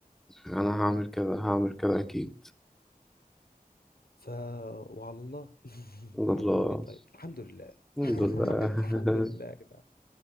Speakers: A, in the centre; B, on the left.
A: انا
B: فاهمني؟
A: هعمل كده هعمل كده اكيد
B: ف وعلى الله <laughs>
A: الحمد
B: هنقوله
A: لله
B: ايه طيب الحمد لله
A: الحمد لله
B: <laughs> الحمد لله
A: <laughs>
B: يا جدعان